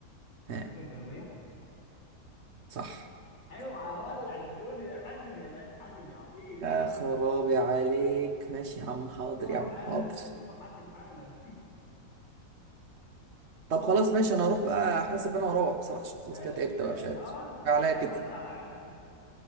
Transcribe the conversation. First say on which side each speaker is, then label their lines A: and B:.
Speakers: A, on the right; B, on the left.
A: ها
B: امريكا الجنوبيه
A: صح
B: اوعى ولع الدنيا حاسب يا باشا حاسب يا عبيط حاسب
A: يا خرابي عليك ماشي يا عم حاضر
B: روح
A: يا عم
B: حاسب
A: حاضر
B: روح حاسب حالا
A: طب خلاص
B: <laughs>
A: ماشي انا هروح بقى حاسب انا واروح بصراحه عشان خلاص
B: ماشي
A: كده تعبت
B: ماشي
A: بقى مش قادر
B: اه انت خدت
A: كفايه عليا
B: خدت
A: كده
B: على عينك انت